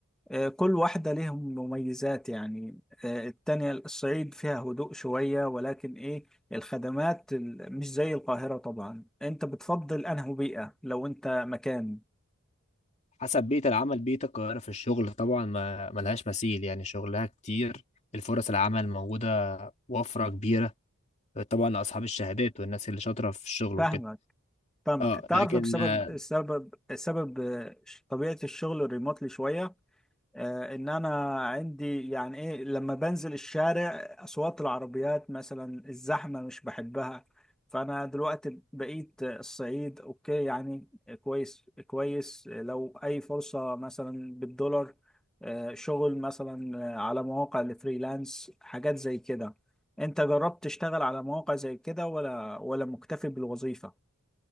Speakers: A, in the centre; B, on the left (about 30°).
A: آه، كل واحده ليهم مميزات يعني آه، التانية الصعيد فيها هدوء شويه ولكن ايه الخدمات ال- مش زي القاهره طبعا انت بتفضل انهي بيئه لو انت مكان
B: حسب بيئة العمل بيئة القاهرة في الشغل طبعا ما ملهاش مثيل يعني شغلها كتير الفرص العمل موجودة وفرة كبيرة طبعا لأصحاب الشهادات والناس اللي شاطرة في الشغل
A: فاهمك
B: وكده
A: فاهمك
B: اه
A: تعرف
B: لكن
A: بسبب
B: آه،
A: السبب السبب آه، طبيعة الشغل الريموتلي شوية آه، ان انا عندي يعني ايه لما بنزل الشارع اصوات العربيات مثلا الزحمة مش بحبها فانا دلوقتي بقيت آه، الصعيد اوكي يعني كويس كويس آه، لو اي فرصة مثلا بالدولار آه، شغل مثلا آه، على مواقع الفريلانس حاجات زي كده انت جربت تشتغل على مواقع زي كده ولا ولا مكتفي بالوظيفة